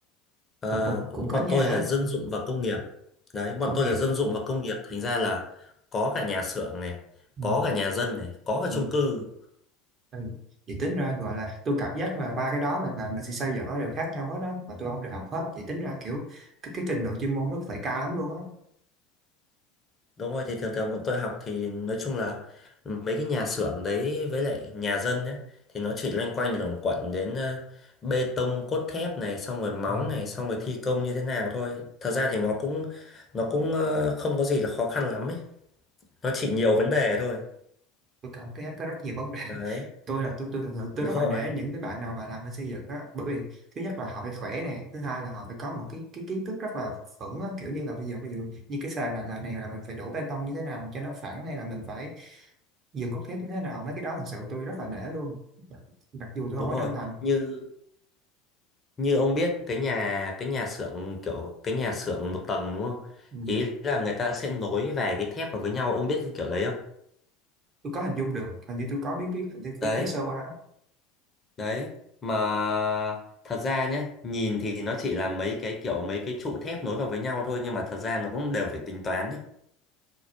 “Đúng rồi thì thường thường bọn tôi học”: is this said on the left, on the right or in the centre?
Left